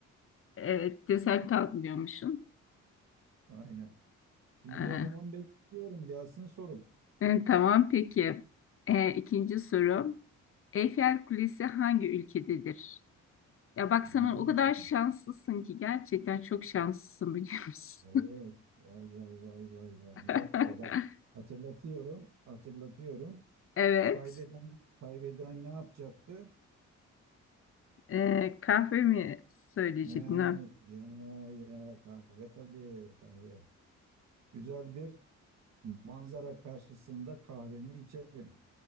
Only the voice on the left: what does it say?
Evet desen kalkmıyormuşum.
Ee,
e, e, tamam peki. Ee, ikinci soru. Eyfel Kulesi hangi ülkededir? Ya bak sana
o kadar şanslısın ki gerçekten çok şanslısın biliyor musun?
<laughs>
Evet.
Ee, kahve mi söyleyecektin?